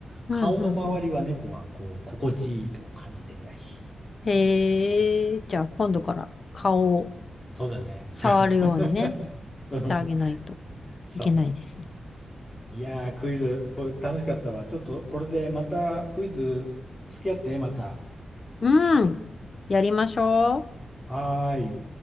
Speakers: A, on the left (about 20°); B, on the left (about 45°).
A: 顔の周りは猫はこう、
B: うんうんうん。
A: 心地いいと感じてるらしい。
B: へえ。じゃあ今度から顔を
A: そうだね。
B: 触るようにね、
A: <laughs> うん
B: してあげないと
A: そ
B: いけないですね。
A: う。いやー、クイズ、これ楽しかったわ。ちょっとこれでまたクイズ付き合って、また。
B: うん。やりましょう。
A: はーい。